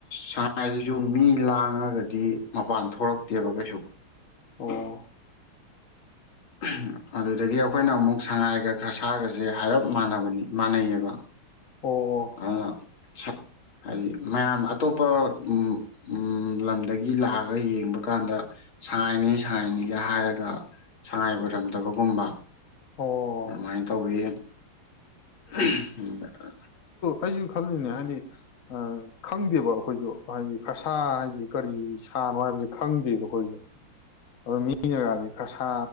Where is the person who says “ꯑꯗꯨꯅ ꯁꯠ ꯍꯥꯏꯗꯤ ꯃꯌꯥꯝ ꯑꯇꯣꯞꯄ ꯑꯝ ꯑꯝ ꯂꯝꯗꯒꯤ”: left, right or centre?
Left